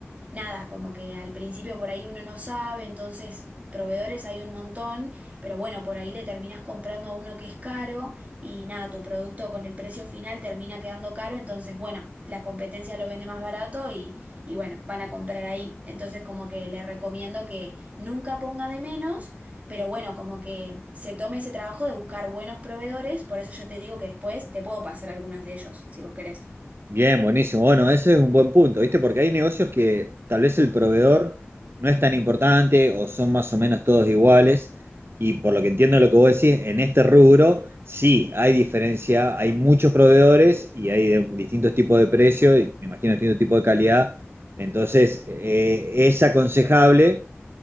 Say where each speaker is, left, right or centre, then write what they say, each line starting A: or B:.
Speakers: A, on the right (about 30°); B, on the right (about 60°).
A: nada, como que al principio por ahí uno no sabe, entonces proveedores hay un montón, pero bueno, por ahí le terminás comprando a uno que es caro y nada, tu producto con el precio final termina quedando caro, entonces bueno, la competencia lo vende más barato y, y bueno, van a comprar ahí. Entonces como que le recomiendo que nunca ponga de menos, pero bueno, como que se tome ese trabajo de buscar buenos proveedores, por eso yo te digo que después te puedo pasar algunos de ellos, si vos querés.
B: Bien, buenísimo. Bueno, ese es un buen punto, ¿viste? Porque hay negocios que tal vez el proveedor no es tan importante o son más o menos todos iguales. Y por lo que entiendo lo que vos decís, en este rubro sí hay diferencia, hay muchos proveedores y hay de distintos tipos de precios y me imagino distintos tipos de calidad. Entonces, eh, es aconsejable